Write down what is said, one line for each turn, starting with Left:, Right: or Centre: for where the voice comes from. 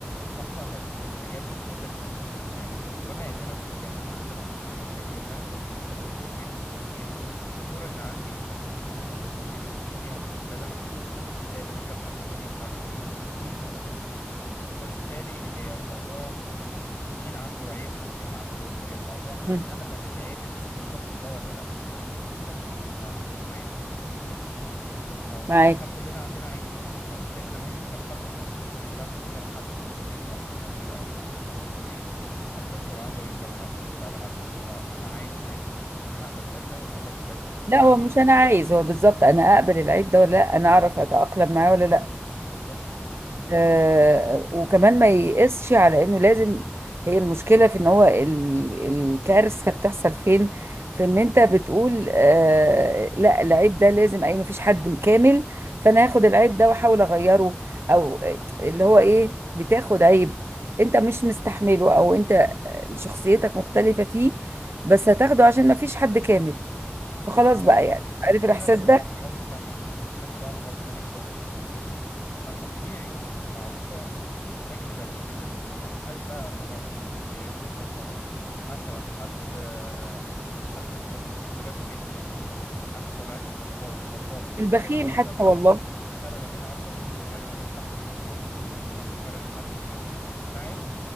Left: اصلا ال- الحاجات دي بتختلف من شخص للتاني وبما اننا كلنا عندنا قصور بشكل ما فالقصور دي يعني الك- القصور اللي عندي اللي اللي ممكن حضرتك انت تشوفيها بالنسبه لي انا قصور هي بالنسبه لحد التاني ساعات بتبقى م- ميزه اصلا فبالتالي هي الموضوع مش مين عنده عيب ومين ما عندوش هي الموضوع انا
Right: مم.
Left: هقبل العيب اللي في الشخص ده ولا لا اصلا وما اعتبروش عيب او
Right: معاك
Left: فاحنا كلنا عندنا عيوب ف- فبالتالي لما نيجي نختار حد احنا ما بن- ما ينفعش نختار حد كصديق او كحبيب او كزوج او كغيره على اساس هو عنده عيوب ولا لا لا بل على اساس هو انا عايز العيب ده انا هقبل العيب ده وما اقبلش العيب اللي في الشخص
Right: لا
Left: التاني
Right: هو مش انا عايز هو بالظبط انا اقبل العيب ده ولا لا انا اعرف اتأقلم معاه ولا لا
Left: بالظبط صح
Right: آه، وكمان ما يقسش على انه لازم هي المشكلة في ان هو ال- الكارثة بتحصل فين في ان انت بتقول آه لا العيب ده لازم اي مفيش حد كامل فانا هاخد العيب ده واحاول اغيره او اللي هو ايه بتاخد عيب انت مش مستحمله او انت شخصيتك مختلفة فيه بس هتاخده عشان مفيش حد كامل فخلاص
Left: اه
Right: بقى يعني عارف
Left: بس في
Right: الاحساس
Left: ناس بتقع
Right: ده
Left: في غلطة تانية في ناس بتقع في غلطة تانية خالص بقى مثلا في عيوب معروفة بشكل بديهي زك... يعني ما فيهاش بقى آراء بقى في عيوب ما فيهاش آراء مثلا حد آه، حد حد في طب... بطبيعته بيسرق حد طبيعته غلاط غلاط في
Right: البخيل
Left: فرق بين عصبي
Right: حتى والله
Left: في فرق ما بين عصبي في فرق ما بين حد غلاط يعني في فرق بين حد بي بي بينفعل